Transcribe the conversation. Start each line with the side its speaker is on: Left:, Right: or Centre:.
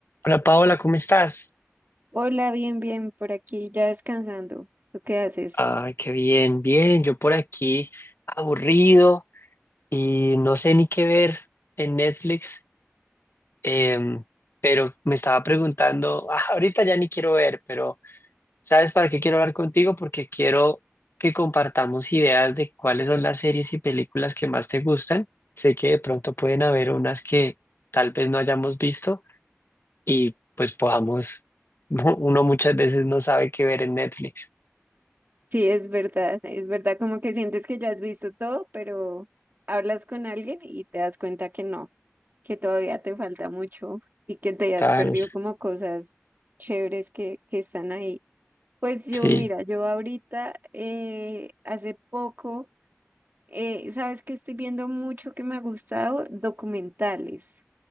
Left: Hola Paola, ¿cómo estás?
Right: Hola, bien, bien, por aquí ya descansando. ¿Tú qué haces?
Left: Ay, qué bien, bien. Yo por aquí aburrido y no sé ni qué ver en Netflix, em, pero me estaba preguntando, <laughs> ah, ahorita ya ni quiero ver, pero ¿sabes para qué quiero hablar contigo? Porque quiero que compartamos ideas de cuáles son las series y películas que más te gustan. Sé que de pronto pueden haber unas que tal vez no hayamos visto y pues podamos, <laughs> uno muchas veces no sabe qué ver en Netflix.
Right: Sí, es verdad, es verdad, como que sientes que ya has visto todo, pero hablas con alguien y te das cuenta que no, que todavía te falta mucho y que te
Left: Tal,
Right: has perdido como cosas chéveres que, que están ahí. Pues yo,
Left: sí.
Right: mira, yo ahorita, eh, hace poco, eh, sabes que estoy viendo mucho que me ha gustado, documentales.